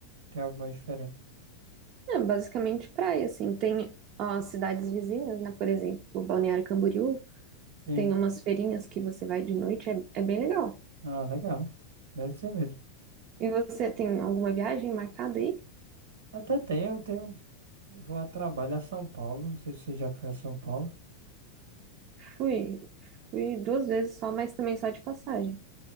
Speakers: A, on the right; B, on the right.
A: tem algo mais diferente?
B: É basicamente praia, assim. Tem ó, cidades vizinhas, né? Por exemplo, Balneário Camboriú.
A: Sim.
B: Tem umas feirinhas que você vai de noite. É, é bem legal.
A: Ah, legal. Deve ser mesmo.
B: E você tem alguma viagem marcada aí?
A: Até tem, eu tenho... Vou a trabalho a São Paulo, não sei se você já foi a São Paulo.
B: Fui, fui duas vezes só, mas também só de passagem.